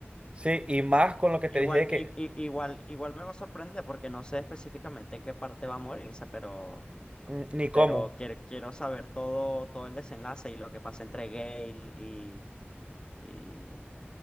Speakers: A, on the right (about 25°); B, on the left (about 20°).
A: Sí, y más con lo que
B: Igual,
A: te dije de que
B: i- i- igual, igual me va a sorprender porque no sé específicamente en qué parte va a morirse, pero,
A: mm, ni cómo.
B: pero quiero, quiero saber todo, todo el desenlace y lo que pasa entre Gale y, y,